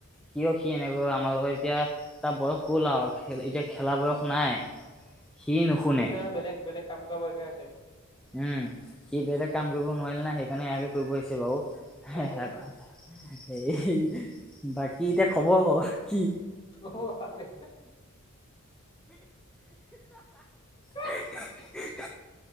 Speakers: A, in the centre; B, on the left (about 20°).
A: কিয় সি এনেকৈ আমাৰ লগৰ এতিয়া তাৰ বয়স গ'ল আৰু এতিয়া খেলা বয়স নাই। <inaudible> নুশুনে
B: এতিয়া বেলেগ বেলেগ কাম কৰা বয়স হে আছে।
A: উম সি বেলেগ কাম কৰিব নোৱাৰিলে না সেইকাৰণে এয়াকে কৰিব আহিছে বাৰু
B: তাকে
A: ক এই বাকী এতিয়া খবৰ ক কি
B: অ' ভালেই <inaudible>
A: <unintelligible>